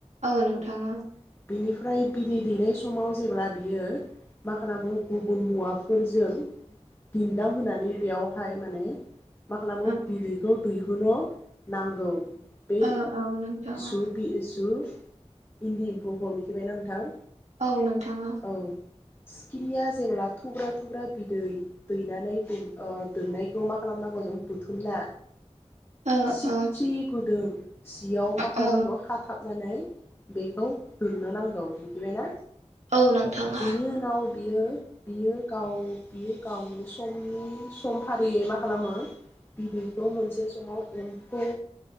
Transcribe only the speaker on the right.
ओउ
नोंथाङा
ओ
औ औ नोंथाङा
औ नोंथाङा।
ओ
ओ
औ
ओ
ओ औ नोंथां औ